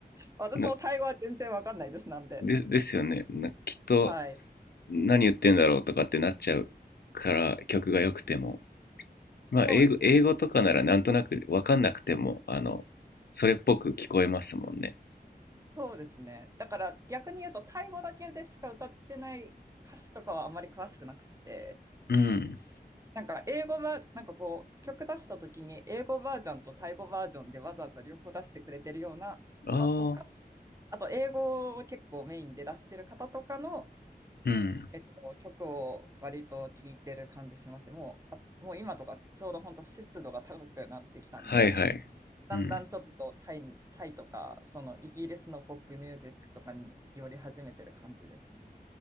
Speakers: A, on the right; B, on the left.
A: 私もタイ語は全然わかんないです、
B: な
A: なんで。
B: でですよねなきっと
A: はい。
B: 何言ってんだろうとかってなっちゃうから曲が良くてもまあ英語英語とかならなんとなく分かんなくてもあのそれっぽく聞こえますもんね
A: そうですね。そうですね。だから逆に言うと、タイ語だけでしか歌ってない歌詞とかはあまり詳しくなくて、
B: うん
A: なんか英語は、なんかこう、曲出した時に英語バージョンとタイ語バージョンでわざわざ両方出してくれてるような方とか、
B: ああ
A: あと英語を結構メインで出してる方とかの、
B: うん
A: えっと、曲を割と聴いてる感じします。もう、あもう今とかちょうど本当湿度が高くなってきたんで、
B: はいはいうん
A: だんだんちょっとタイ、タイとか、そのイギリスのポップミュージックとかに寄り始めてる感じです。